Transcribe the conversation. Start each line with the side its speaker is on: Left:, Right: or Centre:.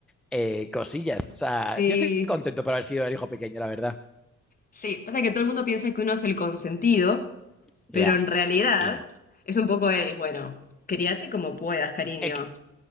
Centre: eh, cosillas, o sea,
Left: Sí,
Centre: yo estoy contento por haber sido el hijo pequeño, la verdad,
Left: sí. Pasa que todo el mundo piensa que uno es el consentido,
Centre: ya,
Left: pero en realidad
Centre: y no.
Left: es un poco el, bueno, críate como puedas, cariño.
Centre: Eh,